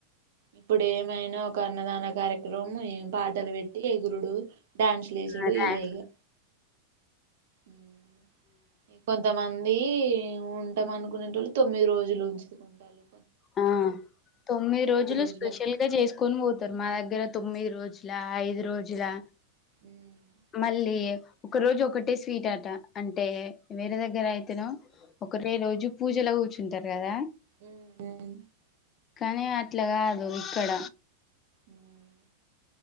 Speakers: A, on the right; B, on the left.
A: ఇప్పుడు ఏమైనా ఒక అన్నదాన కార్యక్రమం ఏం పాటలు పెట్టి ఎగురుడు డ్యాన్స్ లేసుడు
B: ఆ డాన్స్
A: ఇదే ఇగా ఉమ్ కొంతమంది ఉమ్ ఉంటాం అనుకునే వాళ్ళు తొమ్మిది రోజులు ఉంచుకుంటాలి
B: ఆ తొమ్మిది రోజులు
A: రోజులకి
B: స్పెషల్
A: ఎక్కాలి
B: గా చేసుకొని పోతారు మా దగ్గర తొమ్మిది రోజు లా ఐదు రోజులా
A: ఉమ్.
B: మల్లి ఒక రోజు ఒకటే స్వీట్ ఆట అంటే వేరే దగ్గర అయితేనెమో ఒకటే రోజు పూజలో కూర్చుంటారు కదా
A: ఉమ్
B: కానీ అట్లా కాదు ఇక్కడ
A: ఉమ్